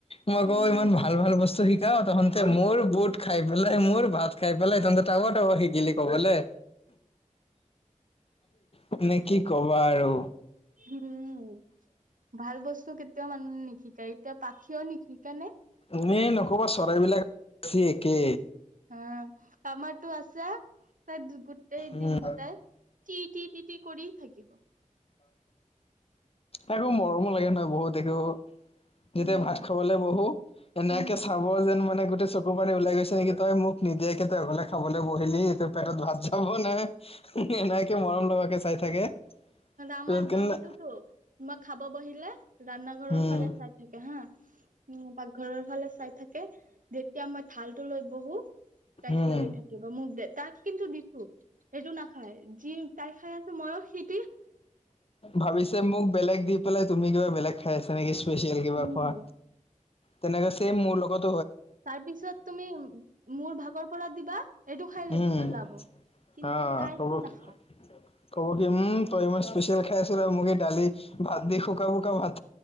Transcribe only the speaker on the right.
উম,
উম ভাল বস্তু <unintelligible> মানুহ নিশিকাই এতিয়া পাখিয়ও নিশিকা নে?
হ' টামাটো আছা? তাই গোটেই
দিন দুটাই টি টি টি টি কৰি থাকিব।
উম,
উম,
আমাৰ
দগীটোতো তোমাক খাব বহিলে ৰাণা ঘৰৰ
ফালে চাই থাকে হা, উম পাকঘৰৰ ফালে। ফালে চাই থাকে। যেতিয়া মই থাল টো লৈ বহো তাই
চিঞৰি থাকিব মোক দে। তাক কিন্তু দিছো, সেইটো নাখায়। যি তাই খাই আছে, মইও হে
উম।
তাৰ পিছত তুমি মোৰ ভাগৰ পৰা দিবা, এইটো খাই লও
লব, কিন্তু
তাৰতো
নাখাওঁ।